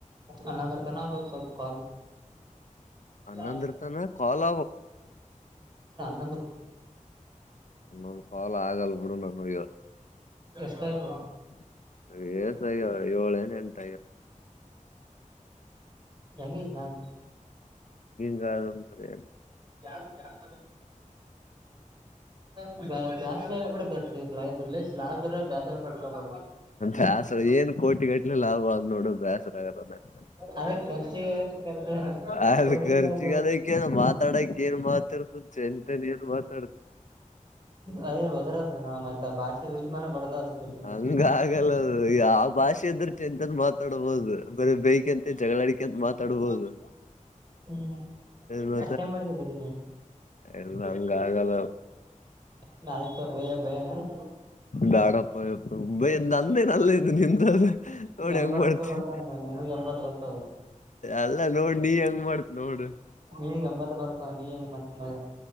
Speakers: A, on the right; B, on the left.
A: ಅಲ್ಲಂದ್ರ ಚ ಸ ಕಾಲ
B: ಹನ್ನೊಂದರ
A: ಅ
B: ತನ ಕಾಲ್
A: ನ
B: ಒನ್ನೊಂದ ಕಾಲ ಆಗಲ್ ಬಿಡು ನಾನ ಇವತ್ತುಸ
A: ಎಷ್ಟಾಗ್ಯವ
B: ಏಳ ನ್ ಉಂಟ
A: ಎ ಹೆಂಗಿಲ್ಲ ಅದು
B: ಂದ್ರೆ
A: ತಾರ ಚಾರ ಮ ಸ ಜಾಸ್ತಿ ಅದ್ರಷ್ಟ ಲಾಭ ಇರ ಬೇಸರ್ ಪಡ್ಕೊಬ
B: ಬ್ಯಾಸರ ಏನ್ ಕೋಟಿ ಗಟ್ಲೆ ಲಾಭ ಅದ್ ನೋಡು ಬ್ಯಾಸರ ಆಗಲ್ಲ ನಂಗ
A: ಅೇ ಖರ್ಚಿಗೆರ್
B: ಅದ್
A: ಕೋಟ
B: ಖರ್ಚಿಗದಕ್ಕ
A: ಲಾಭ
B: ಏನ್ ಮಾತಾಡಕ್ ಏನ್ ಮಾತಾಡ್ಬುದು ಚ ಎಂತಾನ ಏನ್ ಮಾತಾಡ್
A: ಅದೇ ಹೊದ್ರದು ನ ಮತ್ತ ಭಾಷೆ ಯೂಸ್ ಮಾಡಬಾರ್ದು ಅದಕ್ ಬಿಟ್ಟಿನಿ
B: ಹಂಗಗಲ್ಲದು ಯಾವ ಭಾಷೆ ಇದ್ರ ಚಂತನ್ ಮಾತಾಡ್ಬೋುದು ಬರ ಬೈೇಕಂತ ಜಗಳ ಅಡಿಕಂತ ಮಾತಾಡ್ಬೋುದು
A: ಹ್ಮ್
B: ಮ
A: ಅಷ್ಟೇ ಮಾಡಿದ್ದೆ ಬರಿ ನೀನ್
B: ಎಲ್ಲ ಹಂಗಲ್ಲ ಹಲ
A: ಅಷ್ಟ ಆಯ್ತು ಬೇಯ ಬಯ ಮೇನ್
B: ಬಾಡಪ್ಪ ಬಯ ನಂದೇ ನಲ್ಲ ಇು ನಿಂತ ನೋಡಿ
A: ಎಂಬತ್
B: ಹಂಗ ಮಾಡ್ತವಿ
A: ರೂಪಾಯಿ ಬರ್ತಾವ ನಿನಗ್ ಎಂಬತ್ ಬರ್ತಾವ
B: ಅಲ್ಲ ನೋಡ್ ನೀ ಹೆಂಗ್ ಮಾಡ್ತ್ ನೋಡ
A: ನಿನಗ್ ಎಂಬತ್ ಬರ್ತಾವ ನೀ ಹೆಂಗ್ ಮಾಡ್ತಿ ನೋಡ